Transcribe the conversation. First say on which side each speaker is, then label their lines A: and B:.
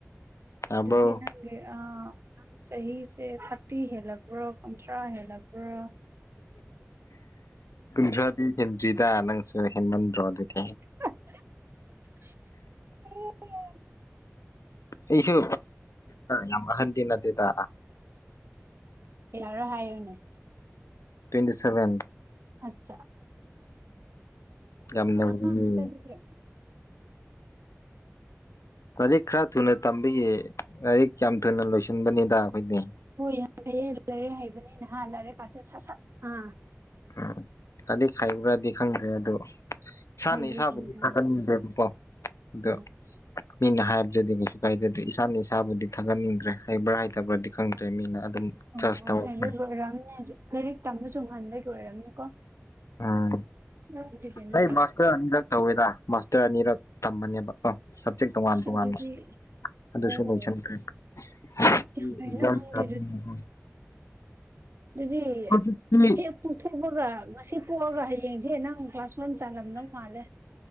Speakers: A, on the left (about 80°); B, on the right (about 55°).
A: ꯌꯥꯕ꯭ꯔꯣ
B: ꯑꯗꯨꯗꯤ ꯅꯪ ꯅꯪꯒꯤ ꯑꯥ ꯆꯍꯤꯁꯦ ꯊꯥꯔꯇꯤ ꯍꯦꯜꯂꯕꯔꯣ ꯀꯨꯟꯊ꯭ꯔꯥ ꯍꯦꯜꯂꯕꯔꯣ
A: ꯀꯨꯟꯊ꯭ꯔꯥꯗꯤ ꯍꯦꯟꯗ꯭ꯔꯤꯗ ꯅꯪꯁꯨ ꯍꯦꯟꯃꯟꯗ꯭ꯔꯣ ꯑꯗꯨꯗꯤ
B: ꯍ
A: ꯑꯩꯁꯨ ꯌꯥꯝ ꯑꯍꯟꯗꯤ ꯅꯠꯇꯦꯗ
B: ꯌꯥꯎꯔꯣ ꯍꯥꯏꯌꯨꯅꯦ
A: ꯇ꯭ꯋꯦꯟꯇꯤ ꯁꯚꯦꯟ
B: ꯑꯆꯥ
A: ꯌꯥꯝ ꯅꯧꯔꯤꯌꯦ
B: ꯑꯉꯥꯡ ꯅꯤꯗ ꯑꯗꯨꯗꯤ
A: ꯂꯥꯏꯔꯤꯛ ꯈꯔ ꯊꯨꯅ ꯇꯝꯕꯤꯒꯤ ꯂꯥꯏꯔꯤꯛ ꯌꯥꯝ ꯊꯨꯅ ꯂꯣꯏꯁꯤꯟꯕꯅꯤꯗ ꯑꯩꯈꯣꯏꯗꯤ
B: ꯍꯣꯏ ꯌꯥꯝ ꯍꯩꯌꯦ ꯂꯩꯔꯤꯛ ꯍꯩꯕꯅꯤꯅ ꯍꯥ ꯂꯥꯏꯔꯤꯛ ꯀꯥꯁꯦ ꯁꯠ ꯁꯠ ꯑꯥ
A: ꯎꯝ ꯂꯥꯏꯔꯤꯛ ꯍꯩꯕ꯭ꯔꯗꯤ ꯈꯪꯗ꯭ꯔꯦ ꯑꯗꯣ ꯏꯁꯥꯅ
B: ꯍꯩꯕꯒꯤꯅꯦ
A: ꯏꯁꯥꯕꯨꯗꯤ ꯊꯥꯒꯠꯅꯤꯡꯗ꯭ꯔꯦꯕꯀꯣ ꯑꯗꯣ
B: ꯑ
A: ꯃꯤꯅ ꯍꯥꯏꯕ ꯑꯗꯨꯗꯤ ꯀꯩꯁꯨ ꯀꯥꯏꯗꯦꯗ ꯏꯁꯥꯅ ꯏꯁꯥꯕꯨꯗꯤ ꯊꯥꯒꯠꯅꯤꯡꯗ꯭ꯔꯦ ꯍꯩꯕ꯭ꯔꯥ ꯍꯩꯇꯕ꯭ꯔꯥꯗꯤ ꯈꯪꯗ꯭ꯔꯦ ꯃꯤꯅ ꯑꯗꯨꯝ
B: ꯑꯣ
A: ꯖꯁ ꯇꯧꯔꯛꯄꯅꯦ
B: ꯍꯩꯕꯒꯤ ꯑꯣꯏꯔꯝꯅꯦ ꯂꯥꯏꯔꯤꯛ ꯇꯝꯕꯁꯨ ꯉꯟꯕꯒꯤ ꯑꯣꯏꯔꯝꯅꯤꯀꯣ
A: ꯑꯥ
B: ꯑꯗꯨꯒꯤꯅꯦ
A: ꯑꯩ
B: ꯍꯣꯏ
A: ꯃꯥ ꯈꯔꯥ ꯑꯅꯤꯔꯛ ꯇꯧꯋꯦꯗ ꯃꯥꯁꯇꯔ ꯑꯅꯤꯔꯛ ꯇꯝꯕꯅꯦꯕꯀꯣ ꯁꯕꯖꯦꯛ ꯇꯣꯉꯥꯟ
B: ꯑꯁ
A: ꯇꯣꯉꯥꯟꯕ
B: ꯑꯗꯨꯗꯤ
A: ꯑꯗꯨꯁꯨ
B: ꯑꯣ
A: ꯂꯣꯏꯁꯤꯟꯈ꯭ꯔꯦ <unintelligible>
B: ꯑꯁ ꯌꯥꯝ ꯐꯩꯅ ꯅꯪꯗꯤ ꯗꯨꯗꯤ
A: ꯍꯧꯖꯤꯛꯇꯤ
B: ꯍꯦꯛ ꯄꯨꯣꯛꯊꯣꯛꯄꯒ ꯉꯁꯤ ꯄꯣꯛꯑꯒ ꯍꯌꯦꯡꯁꯦ ꯅꯪ ꯀ꯭ꯂꯥꯁ ꯋꯥꯟ ꯆꯥꯂꯝꯗꯧ ꯃꯥꯜꯂꯦ